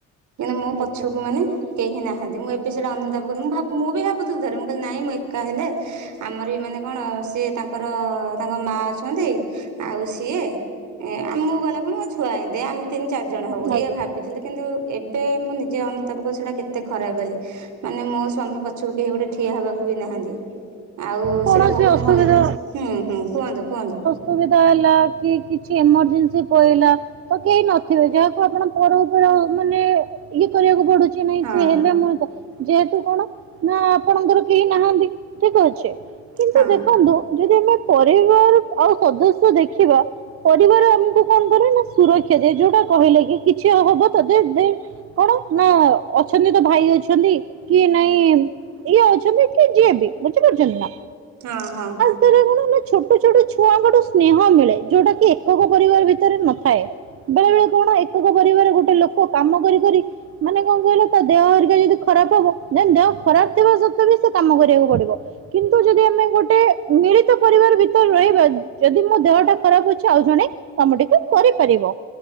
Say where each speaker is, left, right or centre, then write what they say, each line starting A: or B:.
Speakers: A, on the right (about 70°); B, on the right (about 50°).
A: ମାନେ ମୋ
B: ଆଜ୍ଞା
A: ପଛକୁ ମାନେ କେହି ନାହାନ୍ତି ମୁଁ ଏବେ ସେଇଟା ଅନୁତାପ କରୁ, ମୁଁ ଭାବ ମୁଁ ବି ଭାବୁଥିଲି ଥରେ ମୁଁ କଇଲି ନାଇଁ ମୁଁ ଏକା ହେଲେ ଆମର ବି ମାନେ କଣ ସିଏ ତାଙ୍କର ତାଙ୍କ ମା ଅଛନ୍ତି ଆଉ ସିଏ ଏ ଆମକୁ ଗଲା ପୁଣି ମୋ ଛୁଆ ଆଇ ଦେ ଆମେ ତିନି ଚାରି ଜଣ ହବ
B: ଆଜ୍ଞା
A: ଏଇଆ ଭାବି ଥିଲି କିନ୍ତୁ ଏବେ ମୁଁ ନିଜେ ଅନୁତାପ କରୁ ସେଟା କେତେ ଖରାପ ବୋଲି। ମାନେ ମୋ ସ୍ଵାମୀ ପଛକୁ କେହି ଗୋଟେ ଠିଆ ହବାକୁ ବି ନାହାନ୍ତି। ଆଉ
B: କୌଣସି
A: ସେଇଟା ବହୁତ
B: ଅସୁବିଧା
A: ଭୟ ହୁଁ, ହୁଁ କୁହନ୍ତୁ କୁହନ୍ତୁ।
B: ସୁବିଧା ହେଲା କି କିଛି ଏମର୍ଜେନ୍ସି ପଡଇଲା। ତ କେହି ନଥିବେ ଯାହାକୁ ଆପଣ ପର ଉପର ମାନେ ଇଏ କରିବାକୁ ପଡୁଚି ନାଇଁ
A: ହଁ
B: ସେ ହେଲେ ମୁଁ ପ ଯେହେତୁ କଣ ନା ଆପଣଙ୍କର କେହି ନାହାନ୍ତି ଠିକ୍ ଅଛି। କିନ୍ତୁ
A: ହଁ
B: ଦେଖନ୍ତୁ ଯଦି ଆମେ ପରିବାର ଆଉ ସଦସ୍ୟ ଦେଖିବା ପରିବାର ଆମକୁ କଣ କରେ ନା ସୁରକ୍ଷା ଦିଏ। ଯୋଉଟା କହିଲେ କି, କିଛି ହ-ହବ ତ ଦେ ଦେ କଣ ନା ଅଛନ୍ତି ତୋ ଭାଇ ଅଛନ୍ତି କି ନାଇଁ ଇଏ ଅଛନ୍ତି କି ଯିଏ ବି ବୁଝିପାରୁଛନ୍ତି ନା?
A: ହଁ, ହଁ।
B: ତାହେଲେ କଣ ନା ଛୋଟ ଛୋଟ ଛୁଆଙ୍କଠୁ ସ୍ନେହ ମିଳେ, ଯୋଉଟା କି ଏକକ ପରିବାର ଭିତରେ ନଥାଏ। ବେଳେ ବେଳେ କଣ ଏକକ ପରିବାର ଗୋଟେ ଲୋକ କାମ କରି କରି ମାନେ କଣ କହିଲ ତା ଦେହ ହରିକା ଯଦି ଖରାପ ହବ ଦେନ୍‌ ଦେହ ଖରାପ ଥିବା ସତ୍ତ୍ୱେ ବି ସେ କାମ କରିବାକୁ ପଡିବ। କିନ୍ତୁ ଯଦି ଆମେ ଗୋଟେ ମିଳିତ ପରିବାର ଭିତରେ ରହିବା ଯଦି ମୋ ଦେହଟା ଖରାପ ଅଛି ଆଉ ଜଣେ କାମଟିକୁ କରିପାରିବ।